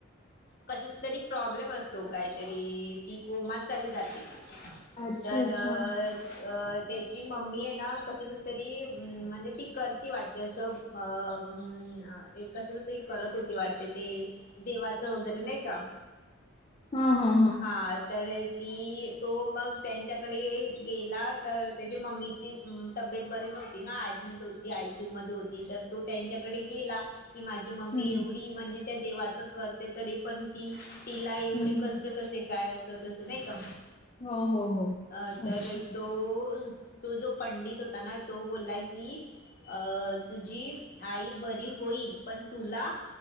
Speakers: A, on the left; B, on the left.
A: कशाचा तरी प्रॉब्लेम असतो काहीतरी ती कोमात चालली जाते.
B: अच्छा,
A: तर
B: अच्छा.
A: अ त्याची मम्मी आहे ना कशाच तरी अम्म म्हणजे ती करती वाटत अस त्याच म अम्म ए कशाच तरी करत होती वाटते, ते देवाचं वगैरे नाही का?
B: हां हां.
A: हां त्याले ती, तो मग त्यांच्याकडे गेला तर त्याची मम्मीची उम्म तब्येत बरी नव्हती ना ॲडमिट होती, आय सी यू मध्ये होती, तर तो त्यांच्याकडे गेला की माझ जी मम्मी
B: हं, हं.
A: एवढी म्हणजे त्या देवाच करते तरी पण ती तिला एवढे
B: हं, हं.
A: क कशे काय अस तसं नाही का?
B: हो, हो, हो.
A: अ तर
B: अच्छा.
A: तो तो जो पंडित होता ना तो बोलला की अ तुझी आई बरी होईल पण तुला